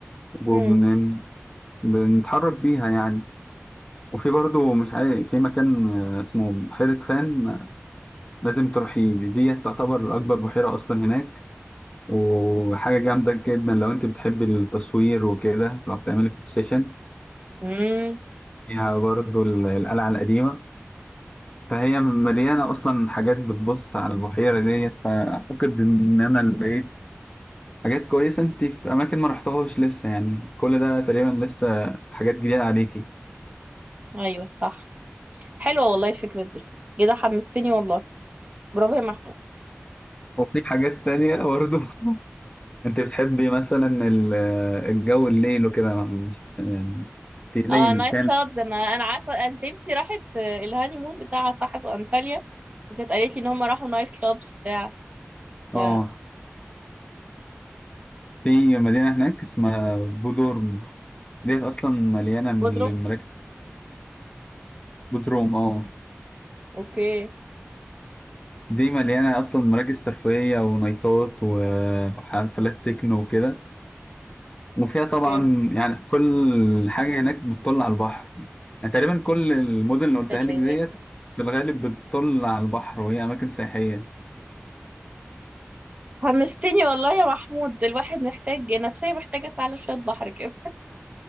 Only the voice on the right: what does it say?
مم.
مم.
أيوه صح حلوة والله الفكرة دي كده حمستني والله برافو يا محمود
اه نايت
كلابز انا انا عارفه انت بنتي راحت آه، الهاني مون بتاعها صح في انطاليا وكانت قالت لي ان هم راحوا نايت كلابز بتاع ف
قدروا
اوكي
اوكي
سلام
حمستني والله يا محمود الواحد محتاج نفسية محتاجة فعلا شوية بحر كده